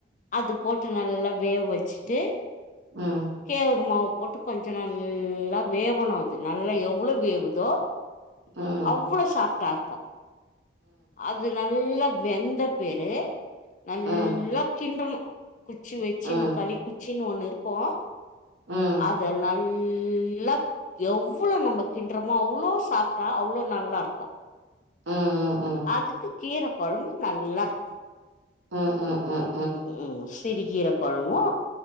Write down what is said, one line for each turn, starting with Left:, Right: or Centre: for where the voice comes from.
Left: அது போட்டு நல்லா வேவ வெச்சுட்டு
Right: ம்
Left: கேவரு மாவு போட்டு கொஞ்சோ நல்லா வேவணு அது நல்லா எவ்ளோ வேவுதோ
Right: அ
Left: அவ்ளோ சாப்டா இருக்கு அது நல்லா வெந்த பிரு நல்லா
Right: ம்
Left: கின்டனு குச்சி வெச்சுன்னு
Right: ம்
Left: களி குச்சின்னு ஒண்ணு இருக்கு
Right: ம் ம்
Left: அத நல் நல்லா எவ்ளோ நம்ம கின்டுறமோ அவ்ளோ சாப்டா அவ்ளோ நல்லா இருக்கு
Right: ம் ம் ம்
Left: அதுக்கு கீர கொழம்பு நல்லா இருக்கு
Right: ம் ம்
Left: ம் ம் சிருக்கீர கொழம்பு